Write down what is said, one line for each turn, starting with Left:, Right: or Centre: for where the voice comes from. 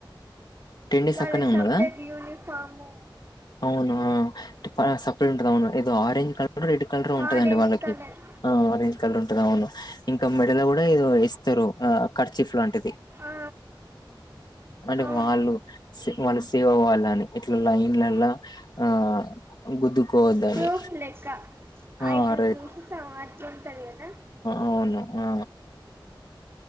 Left: టెన్ డేస్
Right: వాళ్ళకి
Left: అక్కనే ఉన్నాదా
Right: సపరేట్ యూనిఫాము
Left: అవును ఆ సపరేట్ ఉంటారు అవును ఏదో ఆరంజ్ కలర్ రెడ్ కలర్ ఉంటదండి
Right: ఆరెంజ్
Left: వాళ్ళకి
Right: కలర్
Left: ఆ ఆరెంజ్ కలర్ ఉంటది అవును ఇంకా మెడల కూడా ఏదో వేస్తారు ఆ కర్చిఫలులాంటిది
Right: ఆ
Left: అంటే
Right: అవును
Left: వాళ్ళు వాళ్ళు సేవా వాళ్లు అని ఇట్లా లైన్లలా ఆ గుదుకువద్దని
Right: ప్రూఫ్ లెక్క
Left: ఆ
Right: ఐడి
Left: రైట్
Right: ప్రూఫ్ అట్లుంటది కదా
Left: అవును ఆ